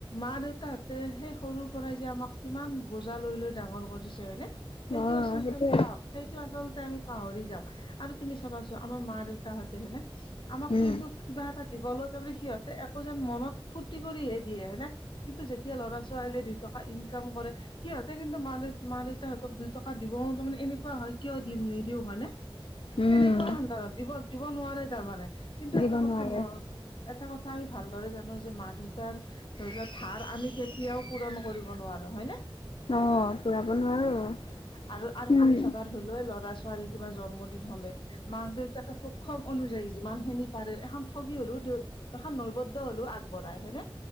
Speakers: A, on the left; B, on the left.
A: মা-দেউতাহঁতে, সেই, সৰুৰ পৰাই যে, আমাক কিমান বোজা লৈ-লৈ ডাঙৰ কৰিছে! হয়নে? সেইটো,
B: অ
A: আচলতে
B: সেইটোৱে
A: আমি, পাহ সেইটো আচলতে, আমি পাহৰি যাওঁ। আৰু তুমি চাবাচোন? আমাৰ মা-দেউতাহঁতে হয়নে! আমাক
B: উম
A: কিন্তু, কিবা এটা দিব লৈ তাৰমানে, সিহঁতে একো যেন, মনত ফূৰ্তি কৰিহে দিয়ে। হয় নে? কিন্তু, যেতিয়া ল'ৰা-ছোৱালীয়ে দুই টকা ইনকাম কৰে, সিহঁতে কিন্তু, মা-দেউ, মা-দেউতা দুই টকা দিব। তাৰমানে, এনেকুৱা হয়, কিয় দিম? নিদিওঁ, হয় নে?
B: উম
A: তেনেকুৱা অন্তৰত! দিব দিব নোৱাৰে, তাৰমানে। কিন্তু,
B: দিব
A: এটা কথা
B: নোৱাৰে
A: মোৰ এটা কথা আমি, ভালদৰে জানোঁ যে, মা- দেউতাৰ ধৰি লোৱা, ধাৰ আমি কেতিয়াও, পূৰণ কৰিব নোৱাৰোঁ। হয় নে?
B: অ'! পূৰাব নোৱাৰোঁ।
A: আৰু আৰু তুমি
B: উম!
A: চাবা ধৰি ল', ল'ৰা-ছোৱালী কিবা জন্মদিন থ'লে মাক-দেউতাকে সক্ষম অনুযায়ী, যিমানখিনি পাৰে, এখন ঠগী হ'লেও এখন নৈবদ্য হ'লেও আগবঢ়াই। হয় নে?